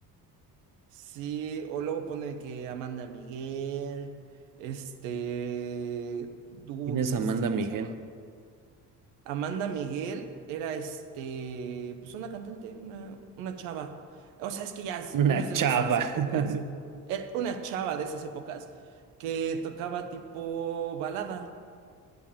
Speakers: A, on the right; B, on the right.
A: Sí, o luego ponen que Amanda Miguel, este, Dur,
B: ¿Quién es
A: este,
B: Amanda
A: ¿cómo
B: Miguel?
A: se Amanda Miguel era este, pues una cantante, una, una chava. O sea, es que ya es-
B: Una
A: no es de
B: chava.
A: nuestras épocas.
B: <laughs>
A: Era una chava de esas épocas que tocaba tipo balada.